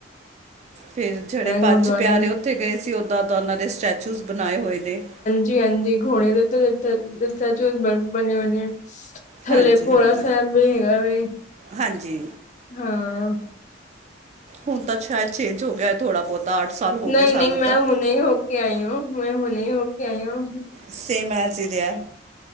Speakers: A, on the right; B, on the left.
A: ਫੇਰ ਜੇਹੜੇ ਪੰਜ
B: ਗੁਰਦੁਆਰਾ
A: ਪਿਆਰੇ
B: ਵੀ
A: ਔਥੇ ਗਏ ਸੀ ਓਦਾਂਦਾਂ ਔਨਾਂ ਦੇ ਸਟੈਚੂ ਬਣਾਏ ਹੋਏ ਨੇ।
B: ਜੀ ਹਾਂਜੀ ਘੋੜੇ ਦੇ। ਸ ਸਟੈਚੂ ਬ ਬਣੇ ਹੋਏ ਨੇ, ਥੱਲੇ
A: ਹਾਂਜੀ
B: ਭੋਰਾ
A: ਹਾਂਜੀ
B: ਸਾਹਿਬ ਵੀ ਹੈਗਾ ਵੇ।
A: ਹਾਂਜੀ।
B: ਹਾਂ।
A: ਹੁਣ ਤਾਂ ਸ਼ਾਇਦ ਚੇਂਜ ਹੋ ਗਿਆ ਥੋੜ੍ਹਾ ਬੋਤਾ ਅੱਠ ਸਾਲ ਹੋ
B: ਨਹੀਂ-ਨਹੀਂ
A: ਗਏ ਸਾਨੂੰ
B: ਮੈਂ
A: ਤਾਂ
B: ਹੁਣੇ ਹੋ ਕੇ ਆਈ ਹੁ, ਮੈਂ ਹੁਣੇ ਹੀ ਹੋ ਕੇ ਆਈ ਹੁ।
A: ਸੇਅ ਮਜਿਆ ਰਿਹਾ।